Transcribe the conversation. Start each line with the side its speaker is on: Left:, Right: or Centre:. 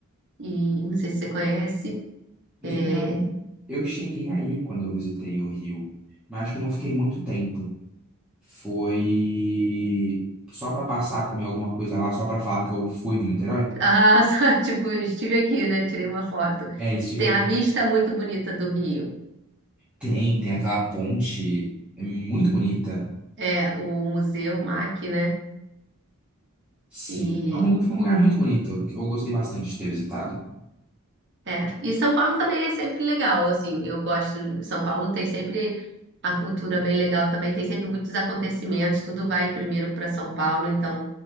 Right: E não sei se você conhece.
Centre: Literalmente,
Right: É...
Centre: eu cheguei a ir quando eu visitei o Rio, mas acho que eu não fiquei muito tempo. Foi só para passar, comer alguma coisa lá, só para falar que eu fui no Niterói.
Right: Ah, <laughs> só, tipo, estive aqui, né? Tirei uma foto.
Centre: É, estive
Right: Tem
Centre: aqui.
Right: a vista muito bonita do Rio.
Centre: Tem, tem aquela ponte é muito bonita.
Right: É, o Museu MAC, né?
Centre: Sim,
Right: E,
Centre: é um- foi um lugar muito bonito. que Eu gostei bastante de ter visitado.
Right: é. E São Paulo também é sempre legal, assim, eu gosto. São Paulo tem sempre a cultura bem legal também, tem sempre muitos acontecimentos, tudo vai primeiro para São Paulo, então